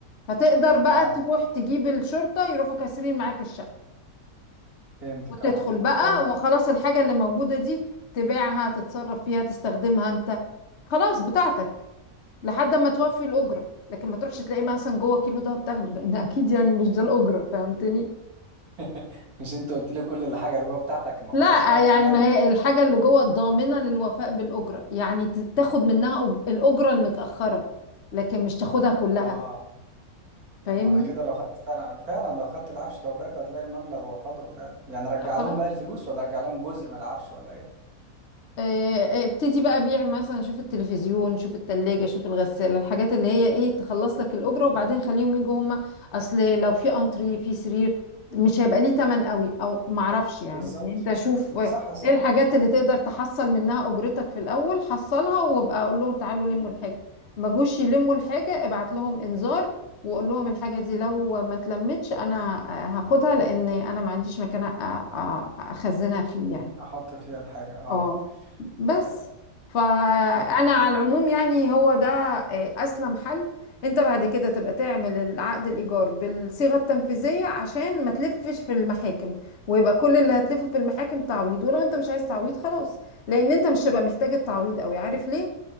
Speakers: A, on the left; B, on the right.
A: فتقدر بقى
B: اه
A: تروح تجيب الشرطة يروحوا كاسرين معاك الشقة
B: فهمتك
A: وتدخل
B: اه طب
A: بقى
B: كويس
A: وخلاص
B: جدا
A: الحاجة اللي موجودة دي تبيعها تتصرف فيها تستخدمها انت خلاص بتاعتك لحد ما توفي الأجرة لكن ما تروحش تلاقيه مثلا جوه كيلو ده بتاخده لأن أكيد يعني مش ده الأجرة فهمتني
B: <laughs> مش انت قلت لي كل الحاجه اللي جوه بتاعتك ما
A: لا
B: خلاص بقى اشمعنى
A: يعني ما هي الحاجة اللي جوه ضامنة للوفاء بالأجرة يعني ت- تاخد منها أج- الأجرة المتأخرة لكن مش تاخدها كلها
B: اه طب
A: فاهمني
B: ما انا كده لو خدت فعلا فعلا لو خدت العفش ده وبعته هتلاقي مبلغ وقدره فعلا يعني رجع
A: لا خلاص
B: لهم بقى الفلوس ولا رجع لهم جزء من العفش ولا ايه
A: آه، آه، ابتدي بقى بيع مثلا شوف التلفزيون شوف التلاجة شوف الغسالة الحاجات اللي هي ايه تخلص لك الأجرة وبعدين خليهم يجوا هما أصل لو في أنتري في سرير مش هيبقى ليه تمن قوي أو معرفش يعني
B: بالظبط
A: يعني أنت شوف ايه
B: صح صح
A: الحاجات اللي تقدر تحصل منها أجرتك في الأول حصلها وابقى أقول لهم تعالوا لموا
B: مم.
A: الحاجة ما جوش يلموا الحاجة ابعت لهم إنذار وقول لهم الحاجة دي لو ما اتلمتش أنا آه، هاخدها لأن أنا ما عنديش مكان أ- أ- أخزنها فيه يعني
B: احط فيها الحاجه اه
A: اه بس
B: فعلا
A: فانا
B: حلو جدا
A: على العموم يعني هو ده آه، اسلم حل انت بعد كده تبقى تعمل العقد الايجار بالصيغه التنفيذيه عشان ما تلفش في المحاكم ويبقى كل اللي هتلفه في المحاكم تعويض ولو انت مش عايز تعويض خلاص لان انت مش هيبقى محتاج التعويض قوي عارف ليه